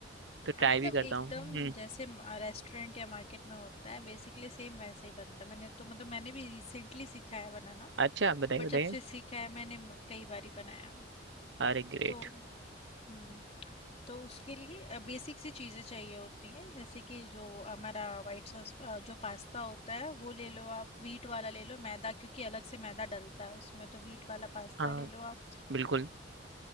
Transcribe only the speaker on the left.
आ, ना
एकदम
जैसे रेस्टोरेंट या मार्केट में होता है बेसिकली सेम वैसे ही बनता है मैंने तो मतलब मैंने भी रिसेंटली सीखा है बनाना
बट
जब से सीखा है मैंने म- कई बारी बनाया
तो हम्म तो उसके लिए बेसिक सी चीज़ें चाहिए होती हैं जैसे कि जो हमारा वाइट सॉस अ, जो पास्ता होता है वो ले लो आप वीट वाला ले लो मैदा क्योंकि अलग से मैदा डलता है उसमें तो वीट वाला पास्ता
ले लो आप